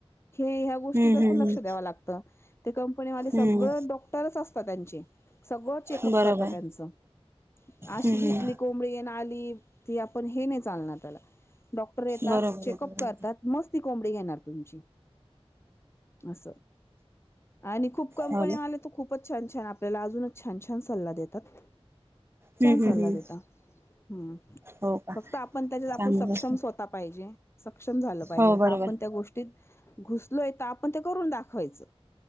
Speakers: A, on the left; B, on the right.
A: हे ह्या गोष्टीकडे
B: हम्म हम्म
A: पण लक्ष द्याव लागतं ते कंपनीवाले सगळं
B: हम्म
A: डॉक्टरच असत त्यांचे सगळं
B: हम्म
A: चेकअप
B: बरोबर
A: करत त्यांचं अशी
B: हम्म
A: घेतली
B: हम्म
A: कोंबडी ये ना आली ती आपण हे नाही चालणार त्याला डॉक्टर येतात
B: बरोबर
A: चेकअप
B: बरोबर
A: करतात मस्ती कोंबडी घेणार तुमची अस आणि खूप कंपनी
B: हो ना
A: आले तर खूप खूपच छान छान आपल्याला अजूनच छान छान सल्ला देतात छान
B: हम्म
A: सल्ला
B: हम्म हम्म
A: दता हम्म
B: हो का
A: फक्त आपण त्याच्यात आपण
B: चांगलं
A: सक्षम स्वतः पाहिजे सक्षम झालं पाहिजे
B: हो बरोबर
A: का आपण त्या गोष्टी लोय आपण करून दाखवायच